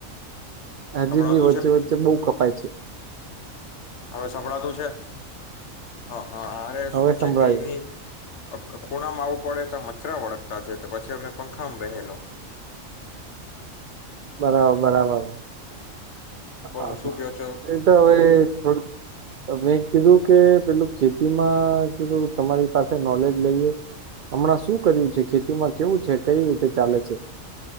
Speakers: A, on the right; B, on the left.
A: હજી
B: સંભળાતું
A: બી વચ્ચે
B: છે
A: વચ્ચે બવ કપ પાય છે.
B: હવે સંભળાતું છે હા હા અરે
A: હવે
B: શું
A: સંભળાયું
B: છે કે એની ખૂણામાં આવું પડે તો મચ્છરા વળગતા છે તો પછી અમે પંખામાં બેહેલો
A: બરાબર બરાબર.
B: બોલો
A: હા
B: શું
A: હા
B: કયો છો
A: એ તો હવે થોડું તમે કીધું કે પેલું ખેતીમાં કીધું તમારી પાસે નોલેજ લઈએ. હમણાં શું કર્યું છે, ખેતીમાં કેવું છે, કઈ રીતે ચાલે છે?